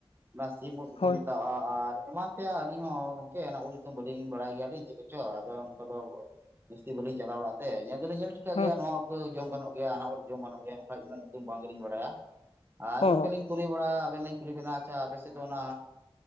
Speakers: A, on the right; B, on the left.
A: ᱚᱱᱟ ᱥᱤᱢ ᱩᱫ ᱠᱚᱠᱚ
B: ᱦᱳᱭ
A: ᱢᱮᱛᱟᱣᱟᱜᱼᱟ ᱟᱨᱼᱼ ᱮᱢᱟᱱ ᱛᱮᱭᱟᱜ ᱟᱹᱞᱤᱧ ᱦᱚᱸ ᱜᱚᱝᱠᱮ ᱚᱱᱟ ᱩᱫ ᱧᱩᱛᱩᱢ ᱵᱟᱹᱞᱤᱧ ᱵᱟᱲᱟᱭ ᱜᱮᱭᱟᱞᱤᱧ ᱪᱮᱫ ᱠᱚᱪᱚ, ᱟᱫᱚ ᱚᱱᱠᱟ ᱫᱚᱼᱼ ᱡᱟᱹᱥᱛᱤ ᱵᱟᱞᱤᱧ ᱪᱟᱞᱟᱣ ᱵᱟᱲᱟᱜ ᱛᱮ ᱧᱮᱞ ᱫᱚᱞᱤᱧ ᱧᱮᱞ ᱴᱦᱤᱠᱼᱼ ᱴᱷᱤᱠᱟᱹᱜ
B: ᱦᱮᱸ
A: ᱜᱮᱭᱟ ᱱᱚᱣᱟ ᱩᱫ ᱡᱚᱢ ᱜᱟᱱᱚᱜ ᱜᱮᱭᱟ ᱦᱟᱱᱟ ᱩᱫ ᱡᱚᱢ ᱜᱟᱱᱚᱜ ᱜᱮᱭᱟ ᱵᱟᱠᱷᱟᱡ ᱩᱱᱟᱹᱜ ᱧᱩᱛᱩᱢ ᱵᱟᱝ ᱜᱮᱞᱤᱧ ᱵᱟᱲᱟᱭᱟ ᱾ ᱟᱨ ᱜᱚᱢᱠᱮ
B: ᱚ
A: ᱞᱤᱧ ᱠᱩᱞᱤ ᱵᱟᱲᱟ ᱟᱵᱮᱱ ᱞᱤᱧ ᱠᱩᱞᱤ ᱵᱮᱱᱟ ᱟᱪᱪᱷᱟ ᱟᱯᱮ ᱥᱮᱫ ᱫᱚ ᱚᱱᱟᱼᱼ